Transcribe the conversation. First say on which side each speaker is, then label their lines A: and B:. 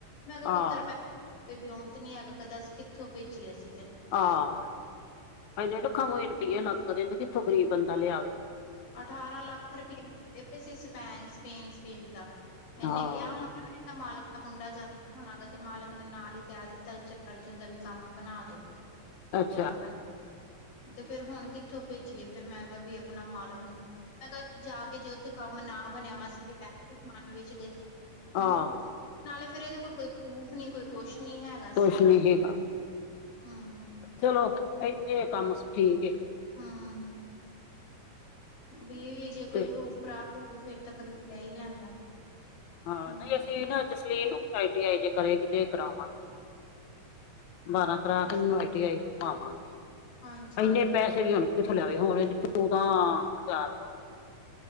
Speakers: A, on the left (about 90°); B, on the left (about 65°).
A: ਮੈਂ ਕਿਹਾ ਪੁੱਤਰ
B: ਆਹ
A: ਪੈ ਕੋਈ ਬਿਉਂਤ ਨੀ ਹੈਗਾ ਕਾ ਦੱਸ ਕਿੱਥੋਂ ਭੇਜੀਏ ਅਤੇ
B: ਆਹ! ਇੰਨੇ ਲੱਖਾਂ ਮੁਹੇ ਰੁਪਈਏ ਲੱਗਦੇ ਕਿੱਥੋਂ ਗਰੀਬ ਬੰਦਾ ਲਿਆਵੇ।
A: ਅਠਾਰਾਂ ਲੱਖ ਰੁਪਏ ਕਹਿੰਦੇ ਪਏ ਸੀ ਸਪੇਨ ਸਪੇਨ ਦਾ ਇਹਨੇ
B: ਹਾਂ
A: ਕਿਹਾ ਹੋਣਾ ਮਾਲਕ ਦਾ ਮੁੰਡਾ ਜਾਂਦਾ ਹੁਣਾ ਅ ਤੇ ਮਾਲਕ ਨੇ ਨਾਲ ਹੀ ਕਹਿ ਦਿੱਤਾ ਵੀ ਚੱਲ ਅਰਜੁਨ ਦਾ ਵੀ ਕੰਮ ਬਣਾ ਦਵੋ
B: ਅੱਛਾ
A: ਆਪਣਾ ਤੇ ਫੇਰ ਹੁਣ ਕਿੱਥੋਂ ਭੇਜੀਏ ਫੇਰ ਮੈਂ ਕਿਹਾ ਵੀ ਆਪਣਾ ਮਾਲਕ ਮੈਂ ਕਿਹਾ ਜਾ ਕੇ ਜੇ ਉੱਥੇ ਕੰਮ ਨਾ ਬਣਿਆ ਮਾਸੀ ਦੇ ਪੈਸੇ ਵਿੱਚ ਗਏ ਹਮ
B: ਆਹ
A: ਨਾਲੇ ਫੇਰ ਇਹਦੇ ਕੋਲ ਕੋਈ ਉਹ ਨ ਕੋਈ ਕੁਛ ਨੀ ਹੈਗਾ
B: ਕੁਛ
A: ਸੀ
B: ਨੀ ਹੈਗਾ
A: ਹਮ
B: ਚਲੋ ਇੱਥੇ ਕੰਮ ਠੀਕ ਏ
A: ਹਾਂ ਵੀ ਜੇ ਕੋਈ
B: ਤੇ
A: ਪਰੂਫ ਪਰਾਫ ਹੋਵੇ ਫਿਰ ਤਾਂ ਬੰਦੇ ਕ ਹੀ ਲੈਂਦਾ
B: ਹਾਂ
A: ਹੂੰ
B: ਨਹੀਂ ਅਸੀਂ ਨਾ ਜਸਲੀਨ ਨੂੰ ਆਈ ਟੀ ਆਈ ਜੇ ਕਰੇਗੀ ਤੇ ਕਰਾਵਾਂਗੇ ਬਾਰਾਂ ਕਰਾ
A: ਹੂੰ
B: ਕੇ ਇਹਨੂੰ ਆਈਟੀ ਪਾਵਾਂਗੇ
A: ਹਾਂਜੀ।
B: ਇਨੇ ਪੈਸੇ ਵੀ ਹੁਣ ਕਿੱਥੋਂ ਲਿਆਵੇ ਹੁਣ ਇਹਦੀ ਚੌਦਾਂ ਹਜ਼ਾਰ